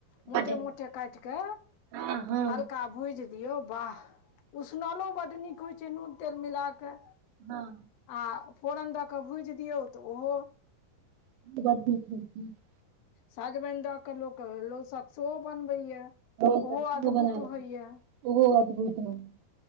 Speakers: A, on the left; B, on the right.
A: मोटे
B: बड नीक
A: मोटे काट के
B: हँ हँ
A: हल्का। भुजि दियऔ बाह उसनलो बड़ नीक होइ छै नून तेल मिला कऽ
B: हँ
A: अ फोरन दऽ कऽ भूजि दियौ तऽ ओहो
B: ब
A: सजमनि दय के लोक लऽ सक्स बनबै या
B: सब
A: ओहो
B: सेहो
A: अद्भुत
B: बना लेब
A: होइए
B: ओहो अद्भुत नहि।